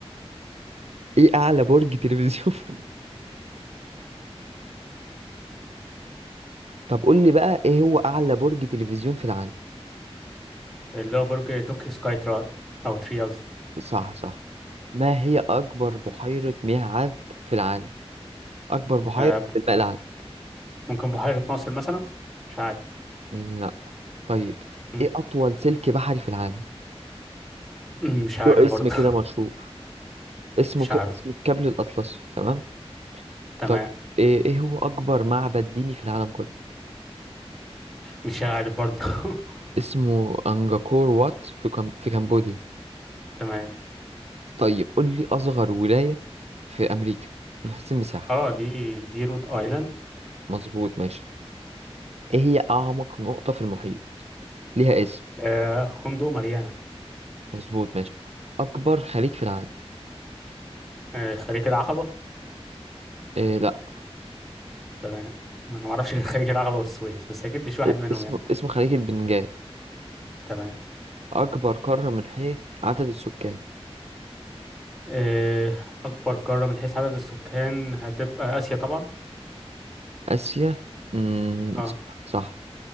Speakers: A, on the right (about 80°); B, in the centre.
A: ايه اعلى برج تلفزيون في العالم؟ طب قول لي بقى ايه هو اعلى برج تلفزيون في العالم
B: اللي هو برج توكي سكاي تراي او تري قصدي
A: صح صح ما هي اكبر بحيرة مياه عذب في العالم اكبر بحيرة
B: آه، ب-
A: في الماء العذب
B: ممكن بحيره ناصر مثلا مش عارف
A: مم، لا طيب
B: م-
A: ايه اطول سلك بحري في العالم
B: م- مش عارف
A: له اسم
B: برضه
A: كده مشهور اسمه
B: <laughs> مش
A: ك...
B: عارف
A: اسمه الكابل الاطلسي تمام
B: تمام
A: طيب ايه إيه هو اكبر معبد ديني في العالم كله
B: مش عارف برضه <laughs>
A: اسمه أنجاكور وات في كم... في كمبوديا
B: تمام
A: طيب قول لي أصغر ولاية في أمريكا من حيث المساحة
B: اه دي دي رود ايلاند
A: مظبوط ماشي إيه هي أعمق نقطة في المحيط ليها اسم
B: آه خندق ماريانا
A: مظبوط ماشي أكبر خليج في العالم
B: آه خليج العقبه
A: إيه لا
B: تمام انا ما اعرفش غير خليج العقبه والسويس بس اكيد مش واحد
A: إيه
B: منهم
A: اسمه
B: يعني
A: اسمه خليج البنجال
B: تمام
A: أكبر قارة من حيث عدد السكان
B: آه، أكبر قارة من حيث عدد السكان هتبقى آسيا طبعا
A: آسيا مم...
B: اه
A: صح